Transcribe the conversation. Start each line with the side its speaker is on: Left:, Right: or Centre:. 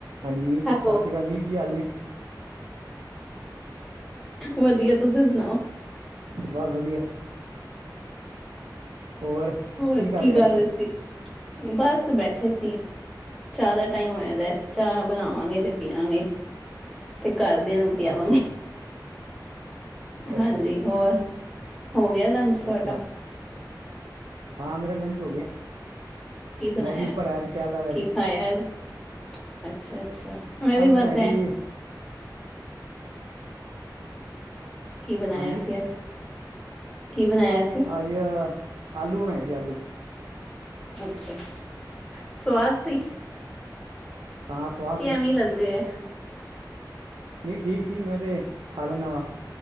Right: ਹਾਂਜੀ
Centre: ਹੈਲੋ,
Right: ਸਤਿ ਸ੍ਰੀ ਅਕਾਲ ਜੀ, ਕੀ ਹਾਲ ਨੇ?
Centre: ਵਧੀਆ, ਤੁਸੀਂ ਸੁਣਾਓ?
Right: ਬਸ ਵਧੀਆ। ਹੋਰ
Centre: ਹੋਰ ਕੀ ਕਰ
Right: ਹੋ ਅੱਜ ਕੱਲ੍ਹ
Centre: ਰਹੇ ਸੀ? ਬਸ ਬੈਠੇ ਸੀ, ਚਾਹ ਦਾ ਟਾਈਮ ਹੋਇਆ ਦਾ ਚਾਹ ਬਣਾਵਾਂਗੇ ਤੇ ਪੀਆਂਗੇ ਤੇ ਘਰਦਿਆਂ ਨੂੰ ਪਿਆਵਾਂਗੇ
Right: ਅੱਛਾ ਅੱਛਾ।
Centre: ਹਾਂਜੀ,
Right: ਅੱਛਾ ਅੱਛਾ
Centre: ਹੋਰ ਹੋ ਗਿਆ ਲੰਚ ਤੁਹਾਡਾ?
Right: ਅੱਛਾ ਹਾਂ ਮੇਰੇ ਲੰਚ ਹੋ ਗਿਆ।
Centre: ਕੀ ਬਣਾਇਆ,
Right: ਮੈਂ ਵੀ ਉੱਪਰ ਆਇਆ ਸੀ ਟਹਿਲਦਾ ਪਿਆ
Centre: ਕੀ
Right: ਸੀ
Centre: ਖਾਇਆ ਅੱਜ? ਅੱਛਾ ਅੱਛਾ ਮੈਂ ਵੀ
Right: ਅੱਜ
Centre: ਬਸ
Right: ਬਣਾਏ
Centre: ਐਂ
Right: ਸੀ
Centre: ਕੀ ਬਣਾਇਆ
Right: ਹਾਂਜੀ
Centre: ਸੀ ਅੱਜ, ਕੀ ਬਣਾਇਆ ਸੀ?
Right: ਆਜ ਆਲੂ ਬਣਾਏ ਸੀ ਆਲੂ।
Centre: ਅੱਛਾ, ਸਵਾਦ ਸੀ?
Right: ਹਾਂ ਸਵਾਦ
Centre: ਕਿ
Right: ਸੀ
Centre: ਐਵੇਂ ਲੱਗਦੇ ਐ?
Right: ਨਹੀਂ ਠੀਕ ਸੀ ਮੈਂ ਤੇ ਖਾ ਲੈਨਾ ਵਾਂ,